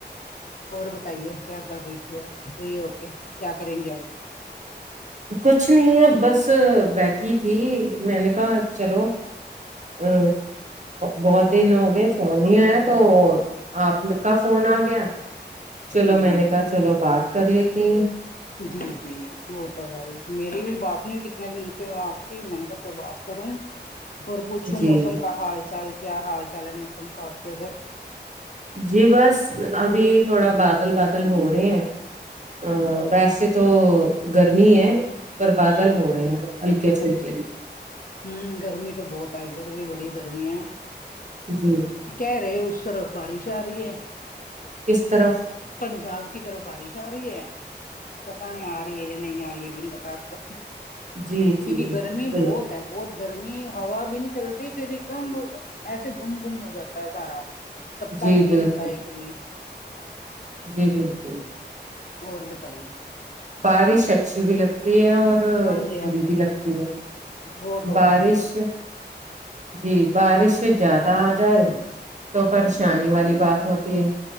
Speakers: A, on the left; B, on the right.
A: اور بتائیے کیا کر رہی تھی اور صحیح ہو کیا کیا کریں گے اب
B: کچھ نہیں ہے اب بس بیٹھی تھی میں نے کہا چلو آ بہت دن ہو گئے فون نہیں آیا تو آپ لوگ کا فون آ گیا چلو
A: ہاں
B: میں
A: جی
B: نے کہا چلو بات کر لیتی ہوں
A: جی جی وہ تو ہے ہی میری بھی بات نہیں ہوئی کتنے دن سے وہ آپ کی میں نے کہا چلو بات کروں اور پوچھوں
B: جی
A: موسم کا حال چال کیا حال چال ہے موسم کا آپ کے ادھر
B: جی بس ابھی تھوڑا بادل بادل ہو رہے ہیں آں
A: ہاں جی ہاں
B: ویسے
A: جی
B: تو گرمی ہے پر بادل
A: ہوں
B: ہو رہے ہیں ہلکے پھلکے
A: اچھا اچھا ہوں گرمی تو بہت ہے ادھر بھی بڑی گرمی ہے
B: جی
A: کہہ رہے اس طرف بارش آ رہی ہے
B: کس طرف
A: پنجاب کی طرف بارش آ رہی ہے پتا نہیں آ رہی ہے یا نہیں آ رہی ہے بھی نہیں پتا <unintelligible>
B: جی
A: کیونکہ
B: جی
A: گرمی
B: بال
A: بہت ہے بہت گرمی ہوا بھی نہیں چلتی پھر ایک دم ایسے گم گم ہو جاتا ہے سارا پتا
B: جی
A: بھی نہیں
B: بالکل
A: ہلتا ہے کبھی
B: جی بالکل
A: اور بتائیے
B: بارش اچھی بھی لگتی ہے اور <unintelligible>
A: ہاں جی ہاں
B: بری
A: جی
B: بھی لگتی ہے
A: وہ تو
B: بارش
A: ہے ہی
B: جی بارش سے زیادہ آ جائے تو پریشانی والی بات ہوتی ہے